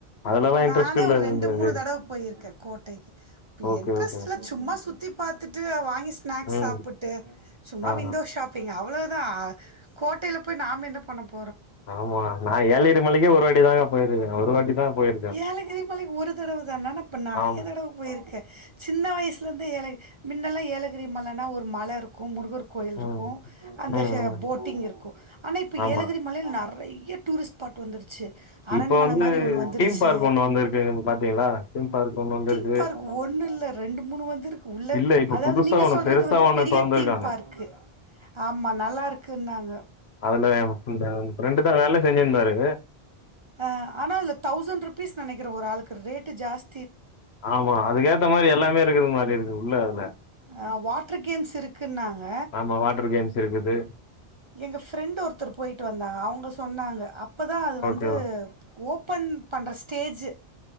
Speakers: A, on the left; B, on the right.
A: அதுலலா இன்ட்ரெஸ்ட்
B: நானே
A: இல்ல
B: ஒரு ரெண்டு
A: இந்த
B: மூணு
A: இது
B: தடவ போயிருக்கே கோட்டைக்கி இப்ப
A: ஓகே
B: என்ட்ரெஸ்ட்ல
A: ஓகே
B: சும்மா சுத்தி பாத்துட்டு வாங்கி ஸ்நாக்ஸ்
A: ம்
B: சாப்புட்டு சும்மா
A: ஆ
B: விண்டோ ஷாப்பிங் அவ்ளோ தா கோட்டையில போய் நாமென்ன பண்ணப்
A: ஆமா நா ஏலகிரி மலைக்கே ஒரு வாட்டிதாங்க போயிருக்கே ஒரு வாட்டி தா போயிருக்கே
B: ஏலகிரி மலைக்கி ஒரு தடவு தானா நா இப்ப நறைய
A: ஆமா.
B: தடவ போயிருக்கே சின்ன வயசுலந்தே ஏலக் மின்னெல்லா ஏலகிரி மலன்னா ஒரு மலருக்கு முருகரு கோயில்ருக்கு
A: ம்.
B: அந்த
A: ம்,
B: ஷே
A: ம்.
B: போட்டிங் இருக்கு ஆனா இப்ப
A: ஆமா.
B: ஏலகிரி மலேல் நறை யா டூரிஸ்ட்பாட் வந்துருச்சு அரண்மன
A: இப்ப வந்து
B: மாரி ஒன்னு வந்துரு
A: தீம்
B: ச்சி
A: பார்க் ஒண்ணு வந்திருக்குங்க பாத்தீங்களா? தீம் பார்க் ஒண்ணு வந்திருக்கு.
B: தீம் பார்க் ஒண்ணுல்ல ரெண்டு மூணு வந்துருக்கு உள்ள
A: இல்ல இப்ப
B: அதாவது
A: புதுசா
B: நீங்க
A: ஒண்ணு
B: சொல்றது
A: பெருசா
B: வந்து
A: ஒண்ணு
B: பெரிய
A: தொறந்திருக்காங்க.
B: தீம் பார்க்கு ஆமா நல்லாருக் கு நாங்க
A: அதுல ஏ ஃப்ரெண்டு தா வேல செஞ்சிருந்தாரு
B: அ ஆனா அதுல தௌசண்ட் ருபீஸ் நெனைக்கிறே ஒரு ஆளுக்கு ரேட்டு ஜாஸ்
A: ஆமா அதுக்கேத்த மாரி எல்லாமே இருக்குது மாரி இருக்கு உள்ள அதுல
B: ஆ வாட்டர் கேம்ஸ் இருக்குன்னாங்க
A: ஆமா வாட்டர் கேம்ஸ் இருக்குது.
B: எங்க ஃப்ரெண்ட்டு ஒருத்தர் போயிட்டு வந்தாங்க அவுங்க சொன்னாங்க இப்ப தா அது வந்து
A: ஓகே.
B: ஓப்பன் பண்ற ஸ்டேஜு